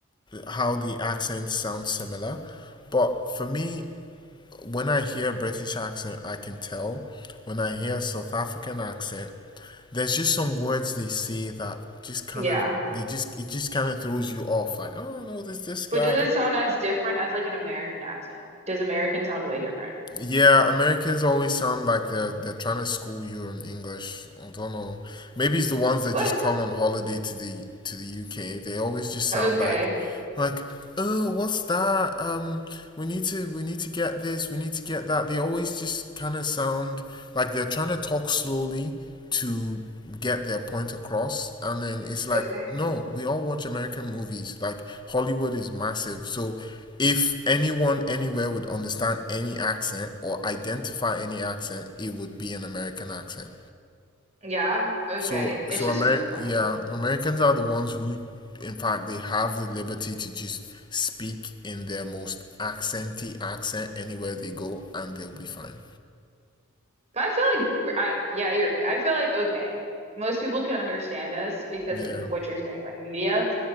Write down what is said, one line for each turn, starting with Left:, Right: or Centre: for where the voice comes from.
Left: how the accents sound similar, but for me, when I hear a British accent, I can tell. When I hear a South African accent, there's just some words they say that just kind
Right: Yeah.
Left: of they just it just kind of throws you off. Like, oh no, this this guy.
Right: But does it sound as different as like an American accent? Does American sound way different?
Left: Yeah, Americans always sound like they're they're trying to school you in English. I don't know. Maybe it's the ones that
Right: What?
Left: just come on holiday to the to the UK. They always just sound
Right: Okay.
Left: like like, "Oh, what's that? Um, we need to we need to get this, we need to get that." They always just kind of sound like they're trying to talk slowly to get their point across. And then it's like,
Right: Okay.
Left: "No, we all watch American movies. Like Hollywood is massive. So if anyone anywhere would understand any accent or identify any accent, it would be an American accent.
Right: Yeah. Okay.
Left: So,
Right: It's
Left: so
Right: just
Left: Ameri-
Right: funny.
Left: yeah, Americans are the ones who, in fact, they have the liberty to just speak in their most accenty accent anywhere they go, and they'll be fine.
Right: But I feel like, I, yeah, you're right. I feel like, okay, most people can understand us because
Left: Yeah.
Right: of what you're saying, like media.